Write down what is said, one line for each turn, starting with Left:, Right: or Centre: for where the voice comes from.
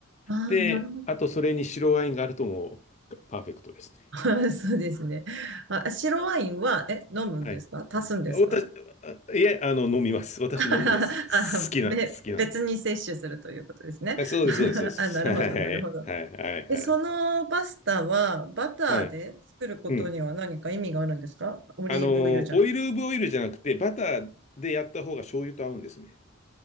Right: ああ、
Left: で、
Right: なるほど。
Left: あと、それに白ワインがあるともう、パーフェクトですね。
Right: <laughs> そうですね。あ、白ワインは、え、飲むんですか足すんですか
Left: はい。私、あいえ、あの、飲みます。私飲むのす
Right: <laughs> あ、
Left: 好きな、
Right: べ、
Left: 好きなんで。
Right: 別に摂取するということですね。
Left: あ、そうです、
Right: <laughs>
Left: そうです、そうです。
Right: あ、なるほど、
Left: <laughs> はい、
Right: なるほど。
Left: はい、はい、はい。
Right: で、そのパスタはバターで作ることには何か意味があるんですかオリーブオイルじゃなく。
Left: はい。うん。あのー、オイルオブオイルじゃなくて、バターでやった方が醤油と合うんですね。